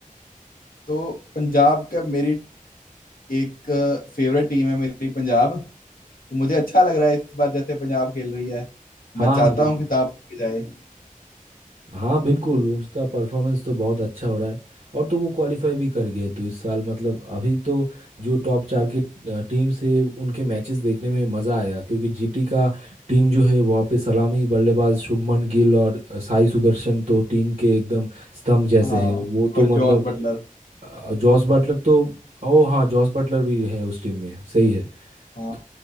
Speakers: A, on the left (about 80°); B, on the right (about 70°).
A: तो पंजाब का मेरी एक फेवरेट टीम है मेरी पंजाब तो मुझे अच्छा लग रहा है इस बार जैसे पंजाब खेल रही है
B: हाँ
A: मैं चाहता
B: हाँ बिल्कुल
A: हूँ खिताब लेके जाए
B: हाँ बिल्कुल उसका परफॉर्मेंस तो बहुत अच्छा हो रहा है और तो वो क्वालिफाई भी कर गए तो इस साल मतलब अभी तो जो टॉप चार के टीम से उनके मैचेस देखने में मज़ा आएगा क्योंकि जीटी का टीम जो है वहाँ पे सलामी बल्लेबाज शुभमन गिल और अ, साई सुदर्शन तो टीम के एकदम स्तंभ जैसे
A: हाँ
B: है वो तो
A: और जॉस
B: मतलब
A: बटलर
B: अ, जॉस बटलर तो ओ हाँ जॉस बटलर भी है उस टीम में सही है
A: हाँ
B: तो